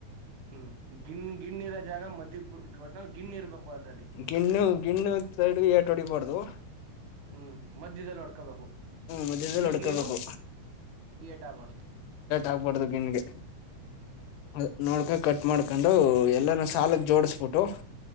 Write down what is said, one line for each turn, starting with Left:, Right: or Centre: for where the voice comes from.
Right: ಹ್ಮ್ ಗಿಣ್ ಗಿಣ್ಣಿರ ಜಾಗ ಮಧ್ಯಕ್ ಬು ವ ನ ಗಿಣ್ ಇರ್ಬೇಕು ಅದ್ರಲ್ಲಿ
Left: ಗಿಣ್ಣು ಗಿಣ್ಣು ಸೈಡ್ಗೆ ಏಟೋಡೀಬಾರ್ದು
Right: ಹ್ಮ್ ಮಧ್ಯದಲ್ಲಿ ಹೊಡ್ಕಬೇಕು.
Left: ಮಧ್ಯದಲ್ಲಿ
Right: ಗಿಣ್ಗೇನು
Left: ಹೊಡ್ಕೋಬೇಕು
Right: ಏಟಾಗ್ಬಾರ್ದು
Left: ಆಗ್ಬಾರ್ದು ಗಿಣ್ಣ್ಗೆ ಅ ನೋಡ್ಬೇಕ್ ಕಟ್ ಮಾಡ್ಕಂಡು ಎಲ್ಲಾನು ಸಾಲಕ್ ಜೋಡ್ಸ್ಬುಟ್ಟು